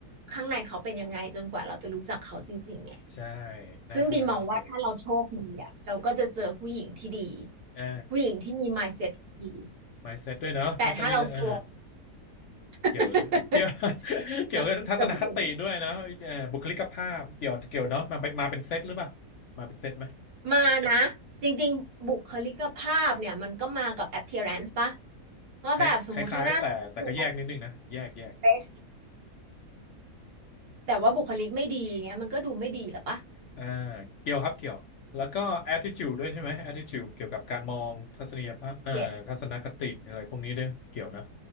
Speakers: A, on the right; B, on the left.
A: ข้างในเขาเป็นยังไงจนกว่าเราจะรู้จักเขาจริงๆไง
B: ใช่นะแล้วก็ต้องเกี่ยว
A: ซึ่งบีมองว่าถ้าเราโชคดีอะเราก็จะเจอผู้หญิงที่ดี
B: เออ
A: ผู้หญิงที่มี mindset ดี
B: mindset ด้วยเนาะทัศนีเออ
A: แต่ถ้าเราซวย <laughs>
B: เกี่ยวเกี่ยว <laughs> เกี่ยวกับทัศนคติด้วยนะเออบุคลิกภาพ
A: เราจะผู้หญิง
B: เกี่ยวเกี่ยวเนาะมาเป็นมาเป็นเซตหรือเปล่า มาเป็นเซตไหม
A: มานะ จริงๆบุคลิกภาพเนี่ยมันก็มากับ appearance ปะว่าแบบสมมุติถ้าหน้าตาคือ
B: คล้ายคล้ายๆแต่แต่ก็แยกนิดนึงนะแยกแยก
A: dress แต่ว่าบุคลิกไม่ดีเงี้ยมันก็ดูไม่ดีหรอปะ
B: อ่าเกี่ยวครับเกี่ยวแล้วก็ attitude ด้วยใช่ไหม attitude เกี่ยวกับการมองทัศนียภาพเอ่อทัศนคติอะไรพวกนี้ด้วยเกี่ยวนะ
A: เนี่ย